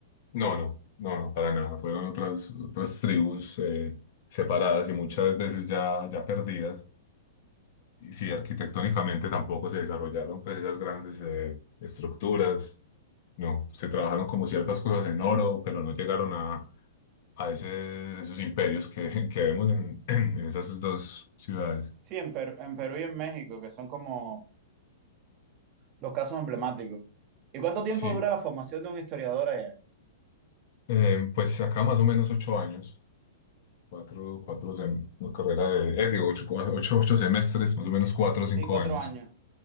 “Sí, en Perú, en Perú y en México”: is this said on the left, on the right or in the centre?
Right